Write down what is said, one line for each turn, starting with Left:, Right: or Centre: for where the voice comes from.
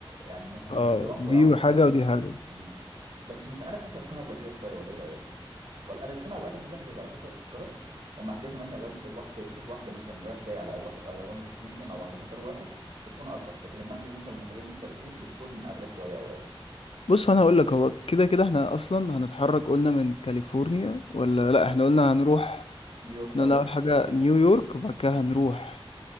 Right: يعني مثلا
Left: اه
Right: الذهاب لوحده
Left: دي
Right: والعوده لوحدها
Left: حاجة ودي حاجة
Right: امم بس مش عارف حاسس هتكون اغلى كده شويه ولا ايه رايك ولا انا السنه اوقات لما اجي احجز على فكره التذكره اما احجزها مثلا راوند شيب واحد في تيكت واحده مثلا رايح جاي على واحد على وان ديستنيشن او واحد مطار واحد بتكون ارخص لكن لما احجز مثلا مطارين مختلفين بتكون اغلى شويه اوقات
Left: بص انا هقول لك هو كده كده احنا اصلا هنتحرك قلنا من كاليفورنيا ولا لا احنا قلنا هنروح
Right: نيويورك
Left: احنا
Right: الاول
Left: قلنا اول حاجه نيويورك وبعد كده
Right: مهم.
Left: هنروح